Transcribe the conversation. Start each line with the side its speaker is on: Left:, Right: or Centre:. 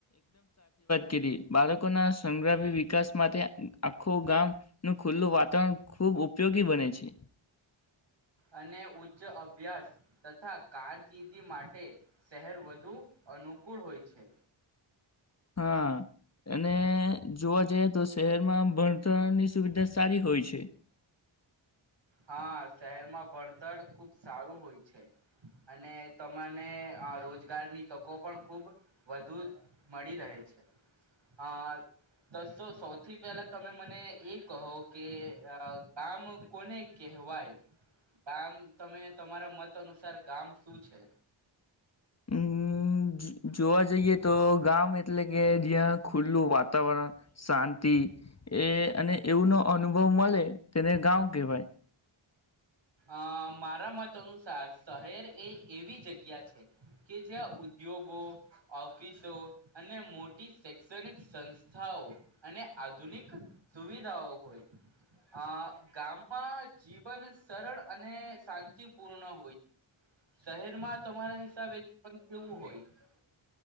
Left: ક્રી બાળકોના સંગ્રામી વિકાસ માટે આખું ગામનું ખુલ્લું વાતાવરણ ખૂબ ઉપયોગી બને છે.
Right: અને ઉચ્ચ અભ્યાસ તથા કારકિર્દી માટે શહેર વધુ અનુકૂળ હોય છે.
Left: હા અને જોવા જઈએ તો શહેરમાં ભણતરની સુવિધા સારી હોય છે.
Right: હા, શહેરમાં ભણતર ખુબ સારું હોય છે અને તમને અ રોજગારની તકો પણ ખૂબ વધુ મળી રહે છે અ તો સૌથી પહેલા તમે મને એ કહો કે અ ગામ કોને કહેવાય? ગામ તમે તમારા મત અનુસાર ગામ શું છે?
Left: અમ જોવા જઈએ તો ગામ એટલે કે જ્યાં ખુલ્લું વાતાવરણ, શાંતિ એ અને એવું નો અનુભવ મળે તેને ગામ કેહવાય.
Right: અ મારા મત અનુસાર શહેર એ એવી જગ્યા છે કે જ્યાં ઉદ્યોગો, ઓફિસો અને મોટી શૈક્ષણિક સંસ્થાઓ અને આધુનિક સુવિધાઓ હોય. અ ગામ પા જી પણ સરળ અને શાંતિપૂર્ણ હોય. શહેરમાં તમારા હિસાબે <unintelligible> કેવું હોય?